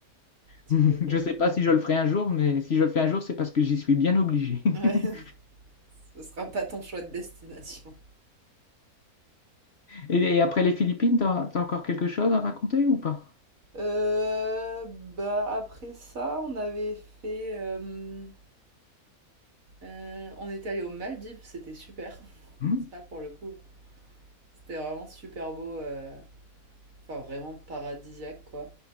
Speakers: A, on the right; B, on the left.
A: <laughs>
B: <laughs>
A: tu m'étonnes.
B: je sais pas si je le ferai un jour, mais si je le fais un jour, c'est parce que j'y suis bien obligé. <laughs>
A: Ouais, <laughs> ce sera pas ton choix de destination.
B: Et, et après les Philippines, t'as, t'as encore quelque chose à raconter ou pas?
A: Euh, bah après ça, on avait fait... euh, Euh, on est allé aux Maldives, c'était super.
B: Hmm
A: <laughs> Ça, pour le coup, c'était vraiment super beau. euh, Enfin, vraiment paradisiaque, quoi.